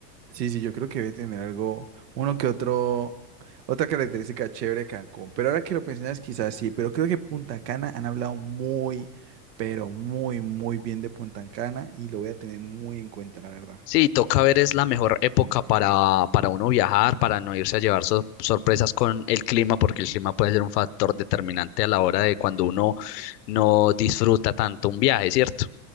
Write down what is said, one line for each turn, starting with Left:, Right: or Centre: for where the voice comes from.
Right: Sí, sí, yo creo que debe tener algo, uno que otro, otra característica chévere de Cancún. Pero ahora que lo mencionas, quizás sí, pero creo que Punta Cana han hablado muy, pero muy, muy bien de Punta Cana y lo voy a tener muy en cuenta, la verdad.
Left: Sí, toca ver, es la mejor época para, para uno viajar, para no irse a llevar sor- sorpresas con el clima, porque el clima puede ser un factor determinante a la hora de cuando uno no disfruta tanto un viaje, ¿cierto?